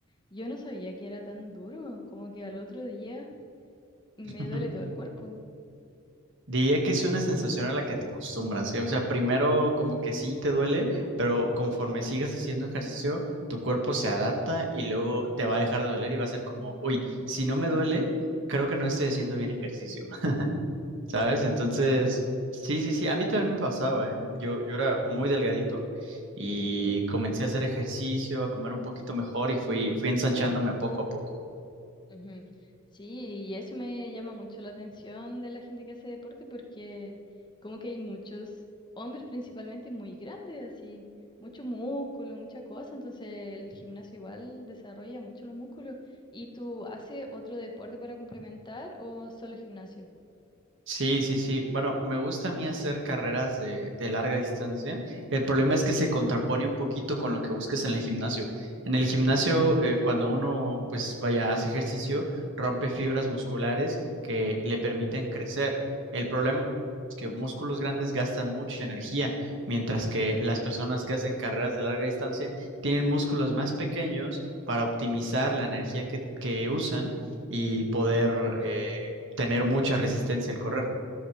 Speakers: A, on the left; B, on the right.
A: Yo no sabía que era tan duro, como que al otro día me
B: <laughs>
A: duele todo el cuerpo.
B: Diría que es una sensación a la que te acostumbras, ¿eh? O sea, primero como que sí te duele, pero conforme sigas haciendo ejercicio, tu cuerpo se adapta y luego te va a dejar de doler y va a ser como, uy, si no me duele, creo que no estoy haciendo bien ejercicio,
A: Ujú.
B: <laughs> ¿sabes? Entonces,
A: Sí.
B: sí, sí, sí, a mí también me pasaba, ¿eh? Yo, yo era muy delgadito y
A: Ujú.
B: comencé a hacer ejercicio, a comer un poquito mejor y fui, fui ensanchándome poco a poco.
A: Ujú. Sí, y eso me llama mucho la atención de la gente que hace deporte porque como que hay muchos hombres principalmente muy grandes, así, mucho músculo, mucha cosa, entonces el gimnasio igual desarrolla mucho los músculos. ¿Y tú haces otro deporte para complementar o solo gimnasio?
B: Sí, sí, sí. Bueno, me gusta a mí hacer carreras de, de larga distancia. El problema es que se contrapone un poquito con lo que busques en el gimnasio. En el gimnasio,
A: Mm,
B: eh, cuando uno, pues vaya, hace ejercicio, rompe fibras musculares que le permiten crecer. El problema es que músculos grandes gastan mucha energía, mientras que las personas que hacen carreras de larga distancia tienen músculos más pequeños para optimizar la energía que, que usan y poder, eh, tener mucha resistencia al correr.